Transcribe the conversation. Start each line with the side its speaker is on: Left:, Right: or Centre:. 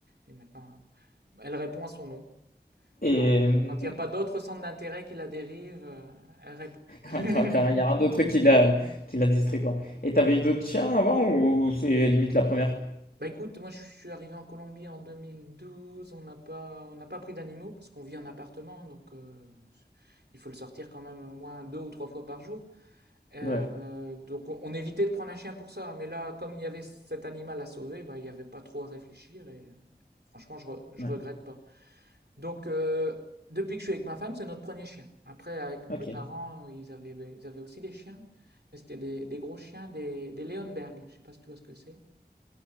Right: Et maintenant, euh, elle répond à son nom.
Left: Et,
Right: Quand,
Left: euh,
Right: quand il n'y a pas d'autres centres d'intérêt qui la dérivent, euh, elle répond. <laughs>
Left: Quand, quand- quand il y a un d'autre truc qui l'a qui l'a distrait, quoi. Et t'avais eu d'autres chiens avant ou c'est limite la première?
Right: Bah écoute, moi je suis arrivé en Colombie en 2012, on n'a pas, on n'a pas pris d'animaux parce qu'on vit en appartement, donc euh, il faut le sortir quand même au moins deux ou trois fois par jour. Euh,
Left: Ouais.
Right: donc on, on évitait de prendre un chien pour ça, hein. mais là, comme il y avait cet animal à sauver, bah, il n'y avait pas trop à réfléchir et franchement, je, re- je
Left: Ouais.
Right: regrette pas. Donc euh, depuis que je suis avec ma femme, c'est notre premier chien. Après, avec mes
Left: Ok.
Right: parents, ils avaient, bah, ils avaient aussi des chiens, mais c'était des, des gros chiens, des, des Leonberg. Je sais pas si tu vois ce que c'est.